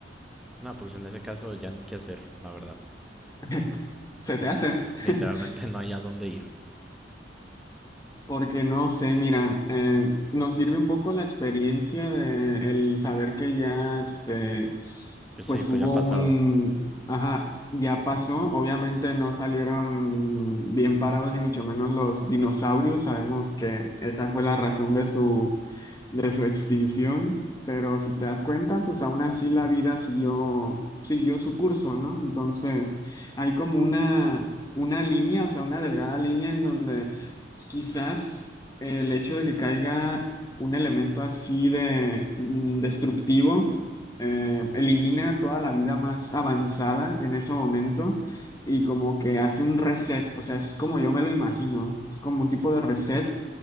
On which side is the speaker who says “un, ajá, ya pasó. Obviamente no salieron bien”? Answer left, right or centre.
Left